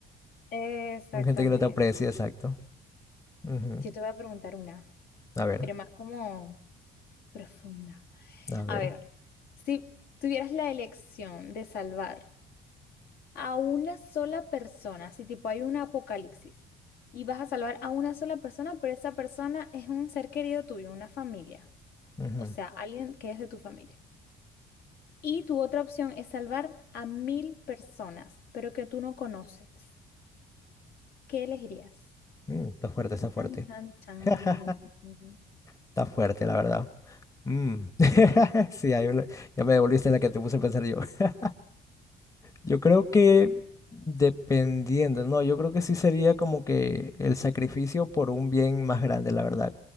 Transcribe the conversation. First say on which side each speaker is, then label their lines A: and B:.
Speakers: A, on the left; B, on the left.
A: Exactamente.
B: con gente que no te aprecia, exacto. Ujú.
A: Yo te voy a preguntar una.
B: A ver,
A: pero más como profunda.
B: a ver.
A: A ver, si tuvieras la elección de salvar a una sola persona, si tipo hay un apocalipsis y vas a salvar a una sola persona, pero esa persona es un ser querido tuyo, una familia,
B: Ujú.
A: o sea, alguien que es de tu familia. Y tu otra opción es salvar a mil personas, pero que tú no conoces. ¿Qué elegirías?
B: Mm, está fuerte, está fuerte.
A: Chan, chan, chan.
B: <laughs> Está fuerte, la verdad. Mm. <laughs> Sí, ahí me- ya me devolviste la que te puse a pensar yo. <laughs> Yo creo que dependiendo, no, yo creo que sí sería como que el sacrificio por un bien más grande, la verdad.